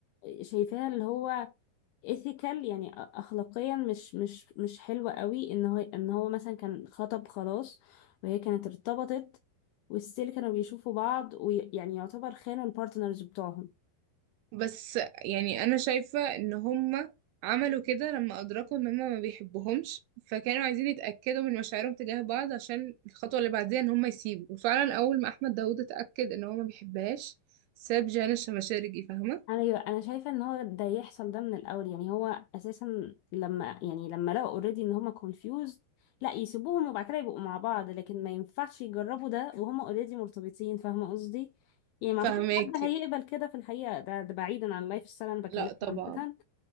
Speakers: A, on the left (about 85°); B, on the right (about 80°).
A: شايفاها اللي هو ethical يعني اخلاقيا مش مش مش حلوه قوي ان هو ان هو مثلا كان خطب خلاص وهي كانت ارتبطت والستيل كانوا بيشوفوا بعض ويعني يعتبر خانوا البارتنرز بتوعهم
B: بس يعني انا شايفه ان هما عملوا كده لما ادركوا ان هما ما بيحبوهمش فكانوا عايزين يتاكدوا من مشاعرهم تجاه بعض عشان الخطوه اللي بعديها ان هما يسيبوا وفعلا اول ما احمد داوود اتاكد ان هو ما بيحبهاش ساب جانا الشمشارجي فاهمه
A: انا انا شايفه ان هو ده يحصل ده من الاول يعني هو اساسا لما يعني لما لقوا اوريدي ان هما confused لا يسيبوهم وبعد كده يبقوا مع بعض لكن ما ينفعش يجربوا ده وهما اوريدي مرتبطين فاهمه قصدي يعني ما
B: فاهماكي
A: اعتقدش حد هيقبل كده في الحقيقه ده, ده بعيدا عن اللايف ستايل انا بكلمك
B: لا طبعا
A: عامه